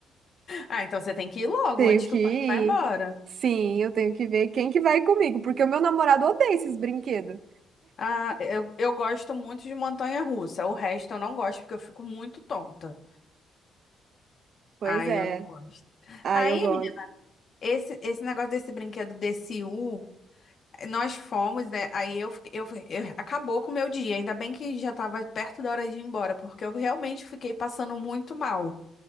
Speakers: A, on the left (about 50°); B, on the right (about 60°).
A: Ah, então você tem que ir logo
B: Tenho
A: antes
B: que
A: que o pai
B: ir.
A: vá embora.
B: Sim, eu tenho que ver quem que vai comigo, porque o meu namorado odeia esses brinquedos.
A: Ah, eu, eu gosto muito de montanha-russa. O resto eu não gosto porque eu fico muito tonta.
B: Pois
A: Aí
B: é.
A: eu não gosto.
B: Ai,
A: Aí,
B: eu gosto.
A: menina, esse, esse negócio desse brinquedo desse U. Nós fomos, né? Aí eu, fiquei- eu, eu- acabou com o meu dia. Ainda bem que já estava perto da hora de ir embora, porque eu realmente fiquei passando muito mal